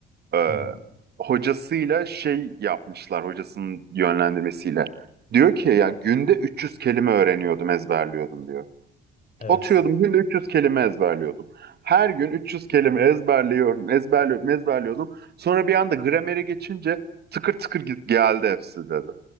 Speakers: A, on the right; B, on the left.
A: e,
B: Hı hı.
A: hocasıyla şey yapmışlar hocasının yönlendirmesiyle. Diyor ki ya günde 300 kelime öğreniyordum, ezberliyordum diyor.
B: Evet.
A: Oturuyordum günde 300 kelime ezberliyordum. Her gün 300 kelime ezberliyorum, ezberliyordum, ezberliyordum. Sonra bir anda gramere geçince tıkır tıkır geldi hepsi dedi.